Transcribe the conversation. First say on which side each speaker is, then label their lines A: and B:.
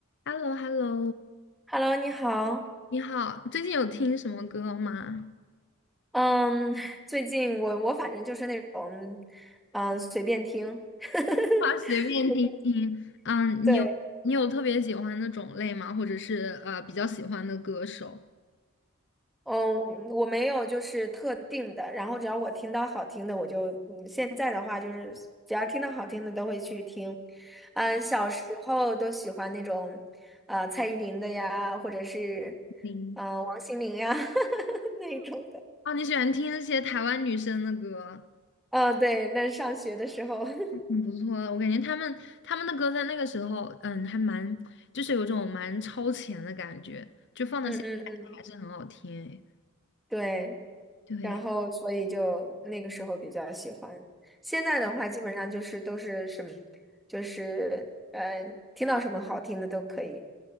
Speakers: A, on the left; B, in the centre.
A: h e l l o h e l l o
B: Hello，你好。
A: 你好，最近有听什么歌吗？
B: 嗯，<laughs> 最近我我反正就是那种，嗯，随便听。<laughs>
A: 啊，随便听听。嗯，
B: 对，
A: 你有你有特别喜欢的种类吗？或者是呃比较喜欢的歌手？
B: 嗯，我没有就是特定的，然后只要我听到好听的，我就，嗯，现在的话就是只要听到好听的都会去听。嗯，小时候都喜欢那种，呃，蔡依林的呀，或者是，
A: 听，
B: 嗯、王心凌呀 <laughs> 那一种的。
A: 啊，你喜欢听那些台湾女生的歌，
B: 嗯、对，那上学的时候，<laughs> 嗯
A: 挺不错的。我感觉她们她们的歌在那个时候，嗯，还蛮就是有种蛮超前的感觉，就放到现在还是很好听诶。
B: 嗯嗯，对。
A: 对
B: 然后所以就那个时候比较喜欢。现在的话，基本上就是都是什么，就是呃，听到什么好听的都可以。